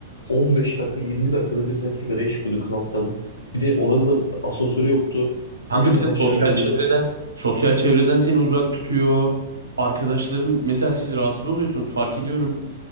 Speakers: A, on the left (about 75°); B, on the right (about 75°).
A: on beş dakika 20 dakikada bir sen sigaraya çıkıyordun klaptan. Bir de oranın da asansörü yoktu.
B: Kanka
A: 3 kat
B: bir de
A: aşağı
B: sosyal
A: iniyordun.
B: çevreden, sosyal çevreden seni uzak tutuyor. Arkadaşların mesela siz rahatsız oluyorsunuz fark ediyorum.